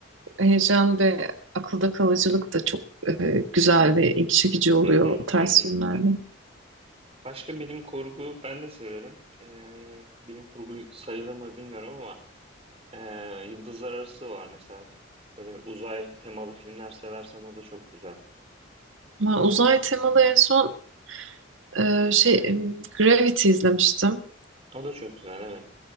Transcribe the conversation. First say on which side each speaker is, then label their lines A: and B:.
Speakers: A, on the right; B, on the right.
A: e, heyecan ve akılda kalıcılık da çok e, güzel ve ilgi çekici oluyor
B: Hı hı.
A: o tarz
B: Hı hı.
A: filmlerde.
B: Başka bilim kurgu ben de severim. E, bilim kurgu sayılır mı bilmiyorum ama Ee, Yıldızlar Arası var mesela. Böyle uzay temalı filmler seversen o da çok güzel.
A: Ama uzay temalı en son e, şey Gravity izlemiştim.
B: O da çok güzel evet.